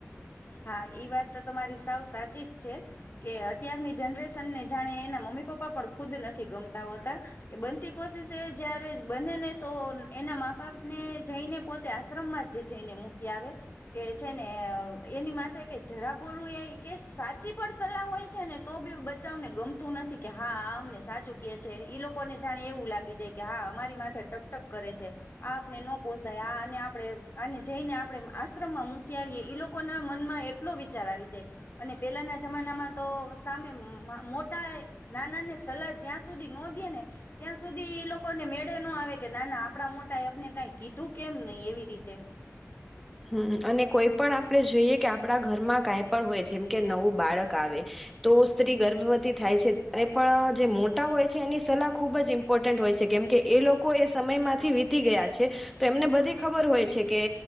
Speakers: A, on the left; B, in the centre.
A: હા ઈ વાત તો તમારી સાવ સાચી જ છે, કે અત્યારની જનરેશનને જાણે એના મમ્મી પપ્પા પણ ખુદ નથી ગમતા હોતા, કે બનતી કોશિસે જયારે બને ને તો એના મા બાપને જઈને પોતે આશ્રમમાં જ જઈને મૂકી આવે, કે છે ને એની માથે જરાબોરું એ કે સાચી પણ સલાહ હોય છે ને તો બી બચાવને ગમતું નથી કે હા આ અમને સાચું કહે છે ઈ લોકોને જાણે એવું લાગી જાય કે હા અમારી માથે ટકટક કરે છે, આ આપને ન પોસાય આ અને આપણે અને જઈને આપણે આશ્રમમાં મૂકી આવીએ લોકો લોકો ના મનમાં એટલો વિચાર આવી જાય અને પેલાના જમાનામાં તો સામે મોટા નાના ની સલાહ જ્યાં સુધી નોંધીએ ને ત્યાં સુધી એ લોકોને મેળે ન આવે કે નાના આપણા મોટા એ આપને કઈ કીધું કેમ નહી એવી રીતે
B: હમ અને કોઈ પણ આપણે જોઈએ કે આપણા ઘરમાં કાઈ પણ હોય જેમ કે નવું બાળક આવે, તો સ્ત્રી ગર્ભવતી થાય છે ત્યારે પણ જે મોટા હોય છે એની સલાહ ખૂબ જ ઇમ્પોર્ટન્ટ હોય છે કેમકે એ લોકો એ સમયમાંથી વીતી ગયા છે, તો એમને બધી ખબર હોય છે કે.